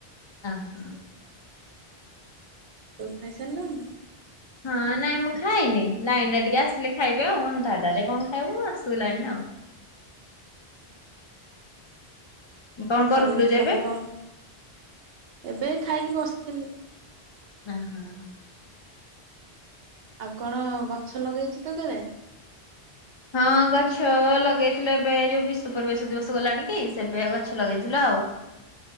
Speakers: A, on the left; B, on the right.
A: ଅ ହୋ।
B: ତୁ ଖାଇସାରିଲୁଣି?
A: ହଁ ନାଇଁ ମୁଁ ଖାଇନି ଲାଇନ ଟା ଟିକେ ଆସିଲେ ଖାଇବି ଆଉ ଅନ୍ଧାଟାରେ କଣ ଖାଇବୁ ଆସୁ ଲାଇନ ଆଉ।
B: ହୁଁ ହୁଁ।
A: କଣ କରୁଥିଲୁ
B: ଆଉ
A: ଯେ
B: ତମକୁ
A: ଏବେ
B: କ ଏବେ ଖାଇକି ବସିଥିଲି।
A: ଅଁ ହଁ।
B: ଆଉ କଣ ଗଛ ଲଗେଇଛୁ ତୁ କେବେ?
A: ହଁ ଗଛ ଲଗେଇଥିଲୁ ଏବେ ଯୋଉ ବିଶ୍ଵ ପରିବେଶ ଦିବସ ଗଲାଣି କି ସେବେ ଗଛ ଲଗେଇଥିଲୁ ଆଉ।